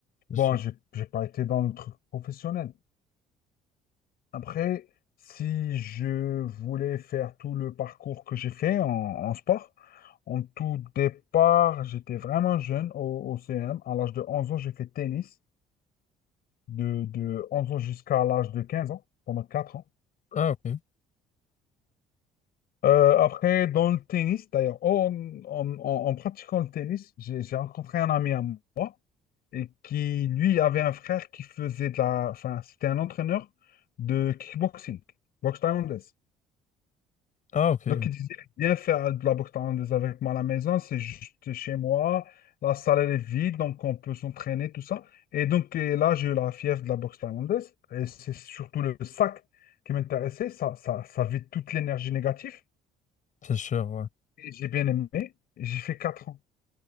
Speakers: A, on the left (about 50°); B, on the left (about 65°).
A: c'est
B: Bon,
A: sûr.
B: j'ai j'ai pas été dans le truc professionnel. Après, si je voulais faire tout le parcours que j'ai fait en, en sport, en tout départ, j'étais vraiment jeune au, au CM. À l'âge de 11 ans, j'ai fait tennis, de, de 11 ans jusqu'à l'âge de 15 ans, pendant 4 ans.
A: Ah, ok.
B: Euh, après, dans le tennis, d'ailleurs, oh, en, en- en- en pratiquant le tennis, j'ai j'ai rencontré un ami à moi et qui, lui, avait un frère qui faisait de la... Enfin, c'était un entraîneur de kickboxing, boxe thaïlandaise.
A: Ah, ok.
B: Donc, il disait bien faire de la boxe thaïlandaise avec moi à la maison, c'est juste chez moi. La salle, elle est vide, donc on peut s'entraîner, tout ça. Et donc, et là, j'ai eu la fièvre de la boxe thaïlandaise. Et c'est surtout le sac qui m'intéressait. Ça, ça, ça vide toute l'énergie négative.
A: C'est sûr, ouais.
B: Et j'ai bien aimé. Et J'ai fait 4 ans.